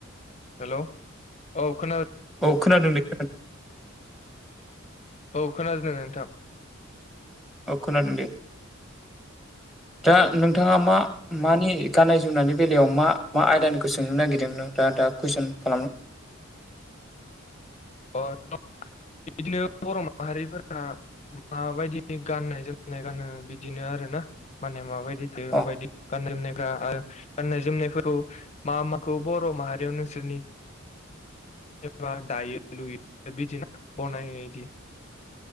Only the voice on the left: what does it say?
हेल औ खोनादों।
औ खोनादों नोंथां।
औ
अ बिदिनो बर' माहारिफोरा माबायदि गाननाय जोमनाय गानो बिदिनो आरो ना माने माबायदि <unintelligible>
गाननाय जोमनायफोरखौ मा माखौ बर' माहारियाव नोंसोरनि दायो लुयो बनायो बिदि